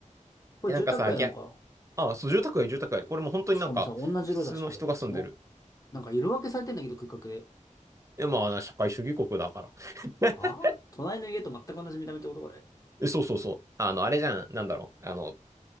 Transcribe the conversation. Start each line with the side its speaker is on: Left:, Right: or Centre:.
Left: これ住宅街なのか。
Right: え、なんかさ、逆ああ、そう、住宅街、住宅街。これも本当になんか、
Left: しかもさ、同じ色だし、
Right: 普通の人が住んでる。
Left: これ、キモ。なんか色分けされてんだけど、空画で。
Right: え、まあ、社会主義国だから。<laughs>
Left: はあ隣の家と全く同じ見た目ってこと、これ。
Right: えそうそうそう。あの、あれじゃん、なんだろう。あの、